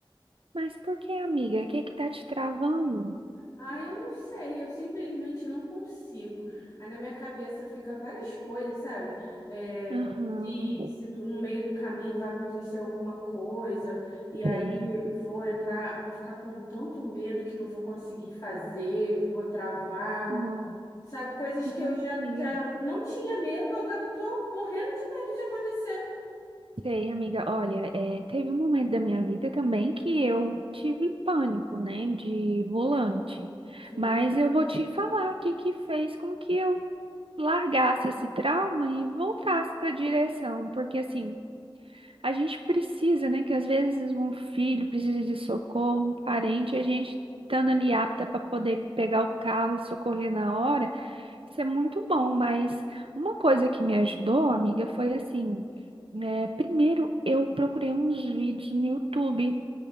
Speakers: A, on the right; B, on the left.
A: mas por que, amiga? O que que tá te travando?
B: Ah, eu não sei, eu simplesmente não consigo. Aí na minha cabeça fica várias coisas, sabe? É,
A: Aham,
B: se se do- no meio do caminho vai acontecer alguma coisa, e aí
A: sei.
B: vou entrar, vou ficar com tanto medo que não vou conseguir fazer, que vou travar,
A: Não,
B: sabe? Coisas que
A: não,
B: eu já,
A: amiga.
B: já não tinha medo, agora eu tô morrendo de medo de acontecer.
A: Sei, amiga. Olha, é, teve um momento da minha vida também que eu tive pânico, né, de volante.
B: Sim,
A: Mas eu vou te falar o que que fez com que eu largasse esse trauma e voltasse para a direção, porque assim A gente precisa, né? Que às vezes um filho precisa de socorro, um parente, a gente estando ali apta para poder pegar o carro e socorrer
B: sim,
A: na hora, isso é muito bom. Mas uma coisa que me ajudou, amiga, foi assim: né, primeiro eu procurei uns vídeos no YouTube